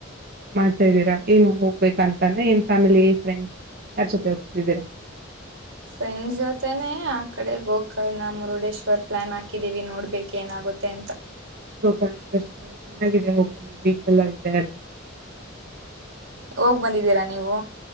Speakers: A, on the right (about 50°); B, on the right (about 85°).
A: ಮಾಡ್ತಾದೀರಾ ಏನು ಹೋಗ್ಬೇಕ ಅಂತಾನ ಏನ್ ಫ್ಯಾಮಿಲಿ. ಫ್ರೆಂಡ್ಸ್ ಜೊತೆ ಇದಿರಿ
B: ಫ್ರೆಂಡ್ ಜೊತೆನೆೇ ಆ ಕಡೆ ಗೋಕರ್ಣ ಮುರುಡೇಶ್ವರ್ ಪ್ಲಾನ್ ಹಾಕಿದ್ದೀವಿ ನೋಡ್ಬೇಕ ಏನಾಗುತ್ತೆ ಅಂತ
A: ೋಕಿ ಎಲ್ಲ ಚೆನ್ನಾಗಿದೆ ಹೋಗ್ಬಿ ಬೀಚ್ ಎಲ್ಲ ಇದೆ ಎಲ್ಲ <unintelligible>
B: ಹೋಗ್ ಬಂದಿದ್ದೀರಾ ನೀವು